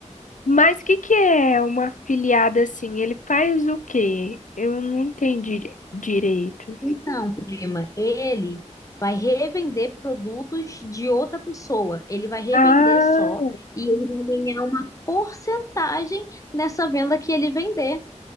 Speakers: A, on the left (about 80°); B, on the left (about 25°).
A: mas que que é uma afiliada assim? Ele faz o quê? Eu não entendi di- direito.
B: Então, prima, ele vai revender produtos de outra pessoa. Ele vai revender
A: Ah,
B: só e ele vai ganhar uma porcentagem nessa venda que ele vender.